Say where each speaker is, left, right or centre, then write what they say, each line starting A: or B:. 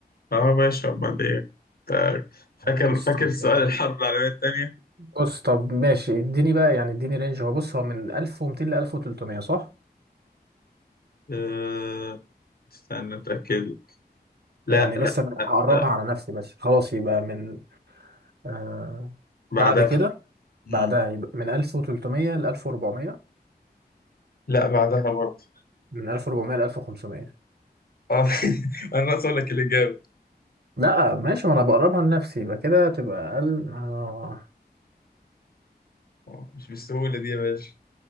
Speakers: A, on the left (about 65°); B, on the right (about 75°).
A: اه باشا امال ايه طيب، فاكر
B: قسطم
A: فاكر سؤال
B: تمام
A: الحرب العالمية التانية
B: بص طب ماشي اديني بقى يعني اديني رينج هو بص هو من 1200 ل 1300 صح
A: أه... استنى اتاكد لا
B: يعني
A: لا
B: بس انا هقربها
A: لا
B: على نفسي بس خلاص يبقى من آه
A: بعدها
B: بعد كده
A: مم.
B: بعدها يبقى من 1300 ل 1400
A: لا بعدها برضه
B: من 1400 ل 1500
A: اه <laughs> انا ناقص اقول لك الاجابه
B: لا ماشي ما انا بقربها لنفسي يبقى كده تبقى اقل آه
A: آه، مش بالسهوله دي يا باشا